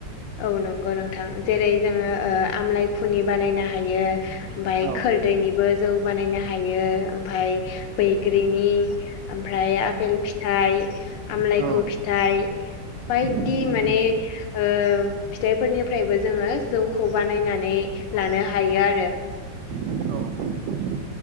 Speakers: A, on the left; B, on the right.
A: औ नंगौ नोंथां जेरै जोङो ओ आमलाय खुनि बानायनो हायो ओमफाय
B: औ
A: खोरदैनिबो जौ बानायनो हायो ओमफाय बैग्रिनि ओमफ्राय आपेल फिथाइ आमलायखु
B: औ
A: फिथाइ बायदि
B: होम
A: माने ओ फिथाइफोरनिफ्रायबो जोङो जौखौ बानायनानै लानो हायो आरो
B: औ